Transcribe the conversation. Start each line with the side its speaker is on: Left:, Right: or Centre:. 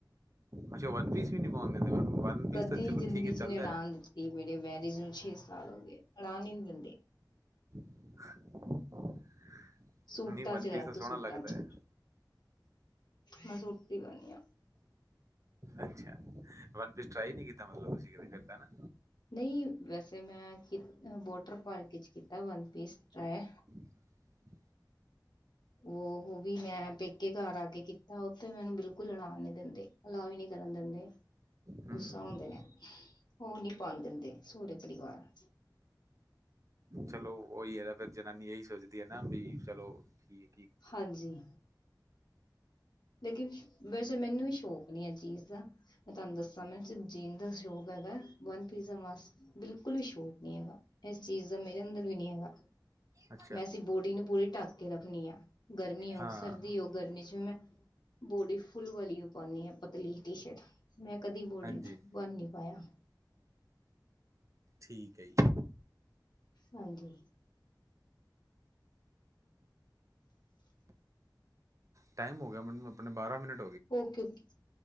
Right: ਅੱਛਾ, ਵਨ ਪੀਸ ਵੀ ਨੀ ਪੋਣ ਦਿੰਦੇ। ਮੈਮ, ਵਨ ਪੀਸ
Left: ਕਦੀ
Right: ਤਾਂ ਚਲੋ
Left: ਜ਼ਿੰਦਗੀ
Right: ਠੀਕ ਹੈ
Left: ਚ
Right: ਚੱਲਦਾ
Left: ਨੀ ਅੜਾਨ
Right: ਹੈ।
Left: ਦਿੱਤੀ, ਮੇਰੇ ਮੈਰਿਜ ਨੂੰ ਛੇ ਸ ਸਾਲ ਹੋਗੇ, ਪਾਉਣ ਹੀ ਨੀ ਦਿੰਦੇ।
Right: <inaudible>
Left: ਸੂਟਾਂ
Right: ਨਹੀਂ ਵਨ
Left: ਚ ਰੈ
Right: ਪੀਸ ਤਾਂ ਸੋਹਣਾ
Left: ਤੂੰ ਸੂਟਾਂ
Right: ਲੱਗਦਾ
Left: ਚ।
Right: ਹੈ।
Left: ਮੈਂ ਸੁਤੀ ਪਈ ਆਂ।
Right: ਅੱਛਾ, ਵਨ ਪੀਸ ਟਰਾਈ ਨੀ ਕੀਤਾ ਮਤਲਬ ਤੁਸੀਂ ਕਦੇ ਕੀਤਾ ਨਾ।
Left: ਨਹੀਂ, ਵੈਸੇ ਮੈਂ <unintelligible> ਵੋਟਰ ਪਾਰਕ ਚ ਕੀਤਾ ਵਨਪੀਸ ਟਰਾਏ।
Right: <inaudible>
Left: ਔ ਹੋਵੀ ਮੈਂ ਪੇਕੇ ਘਰ ਆ ਕੇ ਕੀਤਾ, ਉੱਥੇ ਮੈਨੂੰ ਬਿਲਕੁਲ ਪਾਉਣ ਨੀ ਦਿੰਦੇ, ਅਲਾਓ ਈ ਨੀ ਜਰਨ ਦਿੰਦੇ।
Right: ਹੂੰ,
Left: ਗੁੱਸਾ ਹੋੰਦੇ ਨੇ, ਉਹ ਨੀ ਪਾਣ ਦਿੰਦੇ ਸਹੁਰੇ ਪਰਿਵਾਰ।
Right: ਚਲੋ ਉਹੀ ਹੈਨਾ, ਫੇਰ ਜਨਾਨੀ ਐਹੀ ਸੋਚਦੀ ਹੈ ਨਾ ਬਈ ਚਲੋ ਠੀ
Left: ਹਾਂਜੀ। ਲੇਕਿਨ, ਵੈਸੇ ਮੈਨੂੰ ਵੀ ਸ਼ੌਕ ਨੀ ਐ ਚੀਜ਼ ਦਾ ਮੈਂ ਤੁਹਾਨੂੰ ਦੱਸਾਂ ਮੈਂ। ਚ ਜੀਣ ਦਾ ਸ਼ੌਕ ਹੈਗੈ, ਵਨ ਪੀਜ਼ਾ ਦਾ ਮਾਸ ਬਿਲਕੁਲ ਵੀ ਸ਼ੌਕ ਨੀ ਹੈਗਾ, ਇਸ ਚੀਜ਼ ਦਾ ਮੇਰਾ ਅੰਦਰ ਵੀਨੀ ਹੈਗਾ।
Right: ਅੱਛ
Left: ਮੈਂ ਸੀਂ ਬੋਡੀ ਨੂੰ ਪੂਰੀ ਢੱਕ ਕੇ ਰੱਖਣੀ ਆ, ਗਰਮੀ ਹੋ
Right: ਹਾਂ।
Left: ਸਰਦੀ ਹੋ, ਗਰਮੀ ਚ ਵੀ ਮੈਂ ਬੋਡੀ ਫੁੱਲ ਵਾਲੀ ਓ ਪਾਣੀ ਆਂ। ਪਤਲੀ ਟੀ-ਸ਼ਰਟ, ਮੈਂ ਕਦੀ ਬੋਡੀਣ
Right: ਹਾਂਜੀ,
Left: ਬਣ ਨੀ ਪਾਯਾ।
Right: ਠੀਕ ਹੈ ਜੀ।
Left: ਹਾਂਜੀ।
Right: ਟਾਈਮ ਹੋ ਗਿਆ ਮਤਲਬ, ਅਪਣੇ ਬਾਰਾਂ ਮਿਨਟ।
Left: Okay okay.